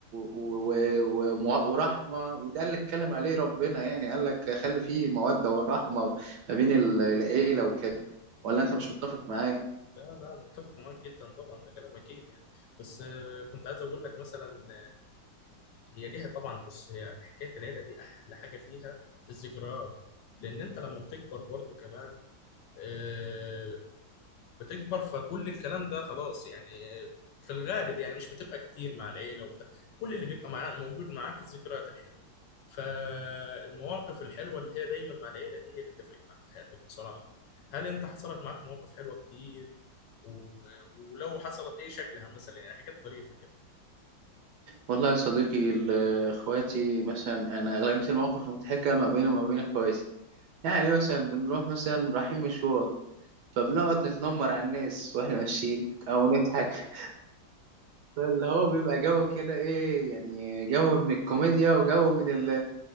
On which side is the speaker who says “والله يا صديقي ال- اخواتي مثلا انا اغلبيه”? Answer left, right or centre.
Right